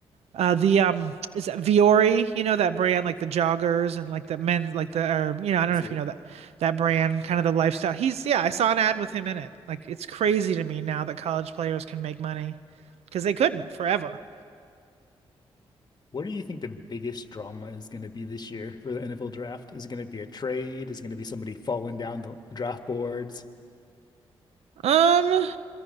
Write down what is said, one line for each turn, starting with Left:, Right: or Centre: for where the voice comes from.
Right: Uh the um is it Viore, you know that brand like the joggers and like the men like the or you know, I don't
Left: It's
Right: know if
Left: a,
Right: you know that that brand, kind of the lifestyle. He's yeah, I saw an ad with him in it. Like it's crazy to me now that college players can make money because they couldn't forever.
Left: What do you think the biggest drama is going to be this year for the NFL draft? Is it going to be a trade? Is it going to be somebody falling down the draft boards?
Right: Um